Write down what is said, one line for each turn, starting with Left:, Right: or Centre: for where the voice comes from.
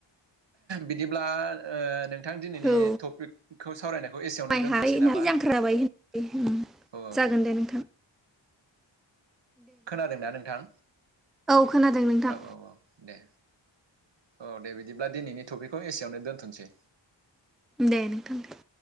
Right: बिदिब्ला ओ नों नोंथां दिनैनि
Centre: औ
Right: टपिकखौ सावरायनायखौ एसेयावनो
Centre: माइ
Right: दोन्थ'सै
Centre: हायै
Right: नामा।
Centre: नाय जांख्रा जाबाय होन
Right: औ
Centre: जागोन दे नोंथां।
Right: खोनादोंना नोंथां
Centre: औ खोनादों नोंथां
Right: औ औ औ दे। औ दे बिदिब्ला दिनैनि टपिकखौ एसेयावनो दोन्थ'सै।
Centre: दे नोंथां दे।